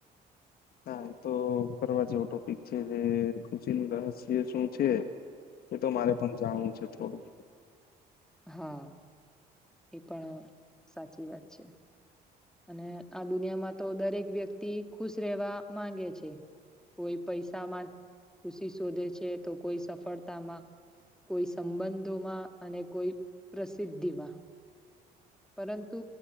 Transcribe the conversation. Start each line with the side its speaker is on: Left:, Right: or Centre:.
Left: નાા એ તો કરવા જેવો ટોપિક છે જે ખુશી ન રહસ્ય શું છે એ તો મારે પણ જાણવું છે થોડું
Centre: હા એ પણ સાચી વાત છે અને આ દુનિયામાં તો દરેક વ્યક્તિ ખુશ રહેવા માંગે છે કોઈ પૈસામાં ખુશી શોધે છે તો કોઈ સફળતામાં કોઈ સંબંધોમાં અને કોઈ પ્રસિદ્ધિ માં પરંતુ